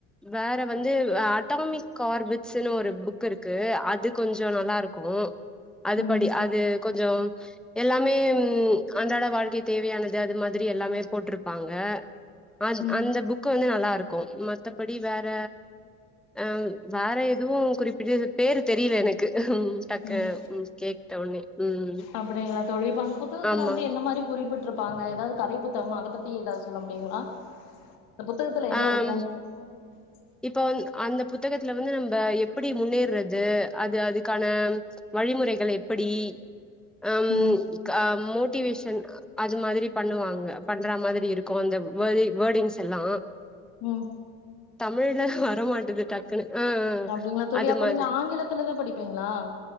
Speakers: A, in the centre; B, on the left.
A: வேற வந்து ஆட் அட்டாமிக் ஆர்பிட்ஸ்ன்னு ஒரு புக் இருக்கு அது கொஞ்ச நல்லா இருக்கும் அது
B: ம்
A: படி அது கொஞ்ச எல்லாமே அன்றாட வாழ்க்கை தேவையானது அது மாதிரி எல்லாமே போட்ருப்பாங்க அ
B: ம்
A: அந்த புக் வந்து நல்லாருக்கு மத்தபடி வேற அம் வேற எதுவு குறிப்பிட்ட பேரு தெரியல எனக்கு ம் டக்கு
B: ம்
A: கேட்ட ஒன்னே ம்
B: அப்படிங்களா தோழி அந்த புத்தகத்துல
A: ஆமா
B: வந்து எந்த மாதிரி குறிப்பிட்ருக் காங்க ஏதாவது கதை புத்தகம் அத பத்தி ஏதாவது சொல்ல முடியுங்களா அந்த புத்தகத்துல என்ன
A: ஆம்
B: இருக்கும் <inaudible>
A: இப்ப வ அந்த புத்தகத்துல வந்து நம்ம எப்படி முன்னேறது அது அதுக்கான வழிமுறைகள் எப்படி அம்
B: ம்
A: கா மோட்டிவேஷன் அது மாதிரி பண்ணுவாங்க பண்றா மாதிரி இருக்கு அந்த வே வேர்டிங்ஸ் எல்லா
B: ம்
A: தமிழ்ல வரமாட்டதுட்டா குனு அ அ
B: அப்டிங்களா தோழி
A: அது
B: அப்ப
A: மாதிரி
B: நீங்க ஆங்கிலத்துலதா படிப்பீங்களா